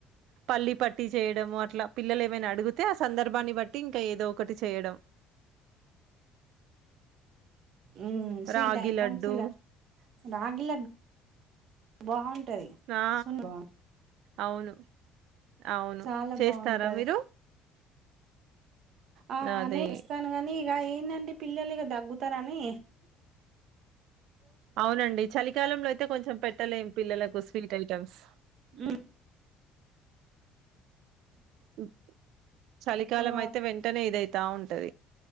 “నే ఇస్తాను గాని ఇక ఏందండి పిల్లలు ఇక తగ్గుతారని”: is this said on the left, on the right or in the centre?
Right